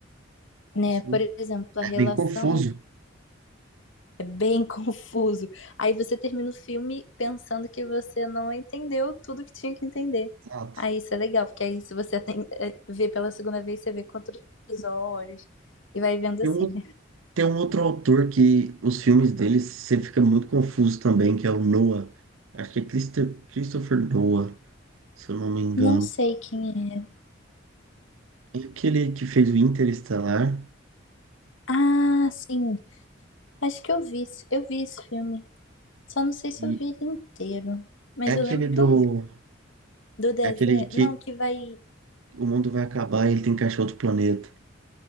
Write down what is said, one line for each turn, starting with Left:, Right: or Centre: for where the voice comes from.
Left: né?
Right: Sim.
Left: Por exemplo, a
Right: É
Left: relação
Right: bem confuso.
Left: é bem <laughs> confuso. Aí você termina o filme pensando que você não entendeu tudo que tinha que entender.
Right: Exato.
Left: Aí isso é legal, porque aí se você tem, eh, vê pela segunda vez, você vê com outros olhos e vai vendo
Right: E
Left: assim.
Right: um Tem um outro autor que os filmes dele você fica muito confuso também, que é o Noah. Acho que é Christo- Christopher Noah, se eu não me engano.
Left: Não sei quem é.
Right: É aquele que fez o Interestelar
Left: Ah, sim. Acho que eu vi, esse- eu vi esse filme. Só não sei se
Right: e
Left: eu vi ele inteiro. Mas
Right: é aquele
Left: eu lembro
Right: do,
Left: que eu vi. Do deserto.
Right: é aquele que
Left: Não, que vai.
Right: o mundo vai acabar e ele tem que achar outro planeta.